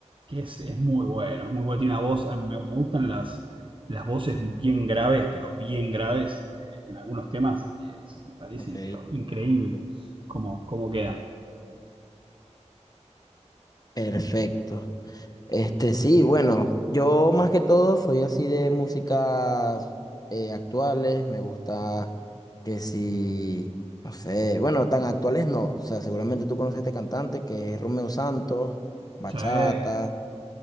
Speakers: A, on the right (about 45°); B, on the left (about 30°).
A: que es, es muy bueno, es muy bueno, tiene una voz, a mí me, me gustan las, las voces bien graves, pero bien graves eh, en algunos temas, y eso me parece
B: ok.
A: incre- increíble cómo, cómo quedan.
B: Perfecto. Este, sí, bueno, yo más que todo soy así de músicas eh, actuales, me gusta que si, no sé, bueno, tan actuales no, o sea, seguramente tú conoces a este cantante que es Romeo Santos, bachata,
A: Sí, eso